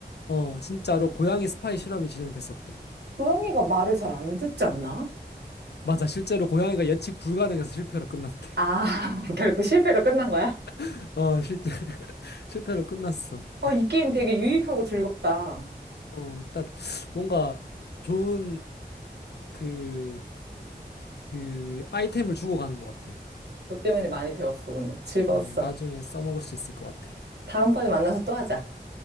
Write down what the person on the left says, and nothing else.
어, 진짜로 고양이 스파이 실험이 진행됐었대.
맞아, 실제로 고양이가 예측 불가능해서 실패로 끝났대.
<laughs> 어, 실제, <laughs> 실패로 끝났어.
어, 딱 뭔가 좋은 그, 그 아이템을 주고 가는 것 같아.
음, 나중에 써먹을 수 있을 것 같아.